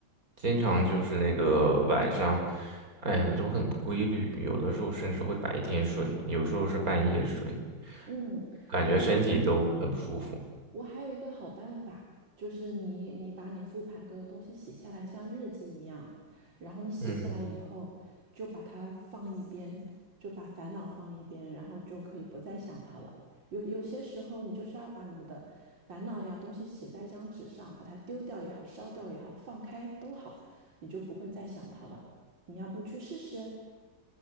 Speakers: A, on the right (about 50°); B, on the right (about 80°).
A: 经常就是那个晚上，
B: 那
A: 哎呀，都很不规律，有的时候甚至会白天睡，有时候是半夜睡，
B: 嗯，
A: 感觉身体都很不舒服。
B: 哎，我我还有一个好办法，就是你你把你复盘过的东西写下来，像日记一样，然后你写下来以后，
A: 嗯，
B: 就把它放一边，就把烦恼放一边，然后就可以不再想它了。有有些时候，你就是要把你的烦恼呀东西写在一张纸上，把它丢掉也好，烧掉也好，放开都好，你就不会再想它了。你要不去试试，